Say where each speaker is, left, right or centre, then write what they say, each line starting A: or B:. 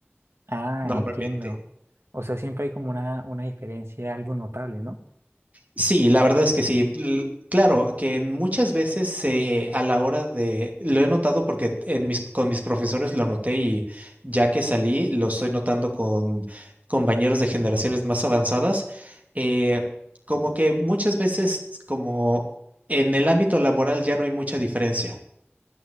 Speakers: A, on the right; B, on the right.
A: Ah,
B: normalmente.
A: entiendo. O sea, siempre hay como una, una diferencia algo notable, ¿no?
B: Sí, la verdad es que sí. L- Claro, que muchas veces se- a la hora de, lo he notado porque en mis, con mis profesores lo noté y ya que salí, lo estoy notando con compañeros de generaciones más avanzadas, eh, como que muchas veces como en el ámbito laboral ya no hay mucha diferencia.